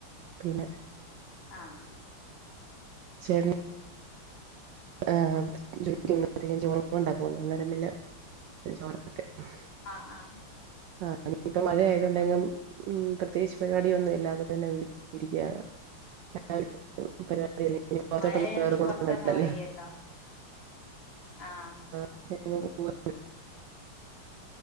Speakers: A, on the right (about 75°); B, on the left (about 60°).
A: പിന്നെ
B: ആഹ്.
A: ചേട്ടന് ഏഹ്
B: അപ്പൊ
A: ജോലിക്ക് പോവ്മ്പത്തേക്കും ചോറും കൊണ്ടാ പോവുന്നെ, അന്നേരം പിന്നെ ചോറ് <unintelligible>
B: ആഹ് ആഹ്.
A: ആഹ് ഇനി ഇപ്പ മഴയായത് കൊണ്ടെങ്ങും ഉം പ്രത്യേകിച്ച് പരിപാടിയൊന്നും ഇല്ലാതെ തന്നെ വീട്ടിരിക്കാ <unintelligible> പരിപാടി <unintelligible> ഇനി പുറത്തോട്ടൊന്നും
B: മഴയായോണ്ട്
A: <unintelligible>
B: പൊറത്തിറങ്ങാൻ
A: വേണ്ടല്ലോ.
B: വയ്യല്ലോ ആഹ്
A: <unintelligible>